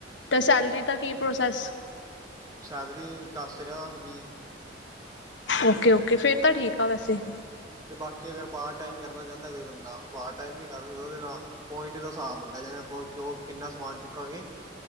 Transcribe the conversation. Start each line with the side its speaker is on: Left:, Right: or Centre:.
Left: ਤੇ ਸੈਲਰੀ ਦਾ ਕੀ ਪ੍ਰੋਸੈਸ
Right: ਸੈਲਰੀ ਦੱਸ ਰਿਹਾ ਵੀਹ
Left: ਓਕੇ-ਓਕੇ ਫਿਰ ਤਾਂ ਠੀਕ ਆ ਵੈਸੇ
Right: ਤੇ ਬਾਕੀ ਅਗਰ ਪਾਰਟ ਟਾਈਮ ਕਰਨਾ ਚਾਹੁੰਦਾ ਕੋਈ ਬੰਦਾ ਪਾਰਟ ਟਾਈਮ ਵੀ ਕਰ ਸਕਦਾ ਉਹਦੇ ਨਾਲ ਪੁਆਇੰਟ ਦਾ ਹਿਸਾਬ ਹੁੰਦਾ ਜਿਵੇਂ ਆਪਾਂ ਜੋ ਕਿੰਨਾ ਸਮਾਨ ਚੱਕਾਂਗੇ